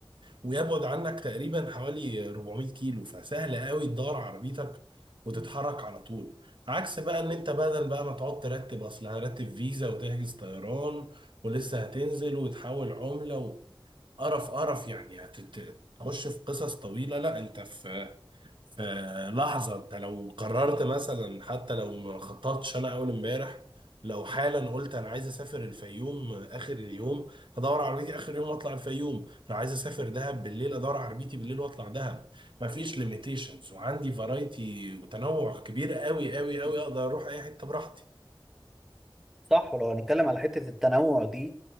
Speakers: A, on the right; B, in the centre.
A: ويبعد عنك تقريبا حوالي 400 كيلو فسهل قوي تدور عربيتك وتتحرك على طول عكس بقى ان انت بدل بقى ما تقعد ترتب اصل هرتب فيزا وتحجز طيران ولسه هتنزل وتحول عملة و... قرف قرف يعني هتخش في قصص طويلة لا انت في في لحظة انت لو قررت مثلا حتى لو ما خططتش انا اول امبارح لو حالا قلت انا عايز اسافر الفيوم اخر اليوم هدور على عربيتي اخر اليوم واطلع الفيوم لو عايز اسافر دهب بالليل ادور على عربيتي بالليل واطلع دهب مفيش ليميتيشنز وعندي فرايتي وتنوع كبير قوي قوي قوي اقدر اروح اي حتة براحتي
B: صح ولو هنتكلم على حتة التنوع دي